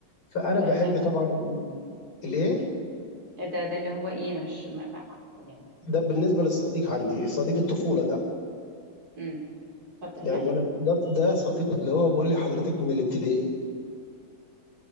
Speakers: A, on the left; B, on the right.
A: فانا
B: ده
A: بحب
B: ده اللي-
A: طبعا الايه
B: ده ده اللي هو ايه انا مش ما- ما- يعني
A: ده بالنسبه للصديق عندي صديق الطفوله ده
B: امم اتفضل
A: يعني
B: كمل
A: بقول لك ده ده صديق اللي هو بيقول لي حضرتك من الابتدائي